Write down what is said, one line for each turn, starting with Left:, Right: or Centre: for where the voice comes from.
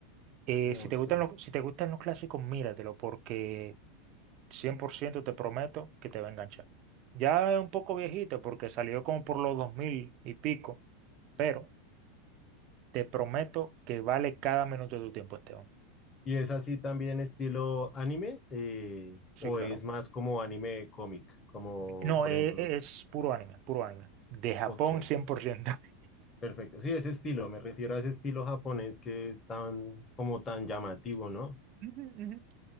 Right: Eh,
Left: Monster.
Right: si te gustan los, si te gustan los clásicos, míratelo, porque 100% te prometo que te va a enganchar. Ya es un poco viejito porque salió como por los 2000 y pico, pero te prometo que vale cada minuto de tu tiempo Esteban hombre.
Left: ¿Y es así también estilo anime? eh, ¿o
Right: Sí, claro.
Left: es más como anime cómic? Como,
Right: No,
Left: por
Right: eh,
Left: ejemplo,
Right: eh, es puro anime, puro anime. De Japón
Left: ok.
Right: 100%.
Left: Perfecto. Sí, ese estilo, me refiero a ese estilo japonés que es tan, como tan llamativo, ¿no?
Right: <laughs> Ujú, ujú.